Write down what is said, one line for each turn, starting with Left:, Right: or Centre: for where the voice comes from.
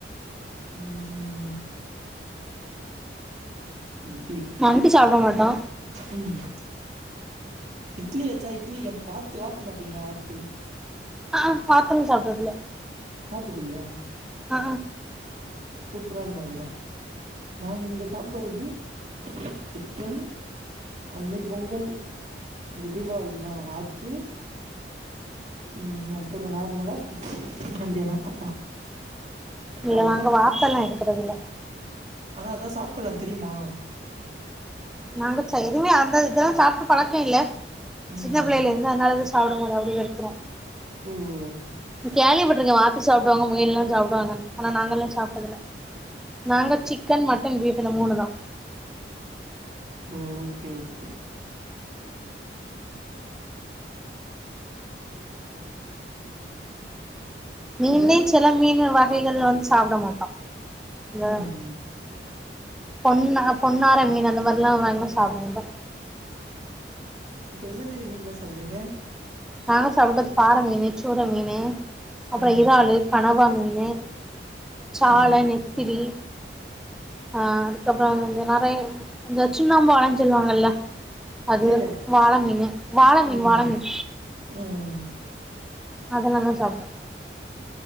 Right: ம் ண்டி
Centre: நண்டு சாப்ட மாட்டோ
Right: ம் இட்லி வெச்சா இட்லிக்கு அந் வாத்து வாத்து சாப்டுவீங்களா வாத்து
Centre: ஆ வாத்துன் சாப்ட்டதில்ல
Right: சாப்டதில்லயா
Centre: ஆ
Right: சூப்ரா இருக்கு அதெல்லா நாங்க இங்க சாப்பறது சிக்கன் அந் மாரி பொங்கல் இந்த தீபாவளினா வாத்து ம் அப்பரொ நார்மலா ஃபிஸ் ஸ் சண்டேயானா அப்பா
Centre: இல்ல
Right: அவ்ளோதா
Centre: நாங்க வாத்தெல்லா எடுக்கறதில்ல
Right: ஆனா அதா சாப்புல்லா தெரிமா
Centre: நாங்க சா எதுமே அந்த இதெல்லா சாப்ட்டு பழக்கொ இல்ல
Right: ம்
Centre: சின்ன புள்ளைல இருந்து அதனால அது சாப்ட மாட்டோ அப்டியே வெறுத்துருவோ
Right: ம்
Centre: கேள்வி பட்ருக்கே வாத்து சாப்டுவாங்க முயல்லா சாப்டுவாங்கன் ஆனா நாங்கல்லா சாப்ட்டதில்ல நாங்க சிக்கன் மட்டன் பீஃப் இந்த மூணு தா
Right: ஓ ஓகே ஓக்கே
Centre: மீனுமே
Right: ஏதோ
Centre: சில மீன் வகைகள் வந்து சாப்ட மாட்டோ இந்த
Right: ம்
Centre: பொண்ணா பொன்னாரமீன் அந்த மாரிலா வாங்குனாம் சாப்ட மாட்டோ
Right: அப்ப எந்த மேறி மீன்லா சாப்ட்வீங்க
Centre: நாங்க சாப்ட்டது பாற மீனு சூற மீனு அப்பறோ
Right: ம்
Centre: இறாலு கனவா மீனு சால
Right: ம்
Centre: நெத்திலி ஆ அதுக்கப்பறோ வந்து நறய அந்த சுண்ணாம்பு ஆலன்னு சொல்லுவாங்கல்ல அது
Right: புரில
Centre: வாள மீனு வாள மீன்
Right: ம்
Centre: வாள மீன்
Right: ம்
Centre: அதெல்லா தா சாப்டுவோ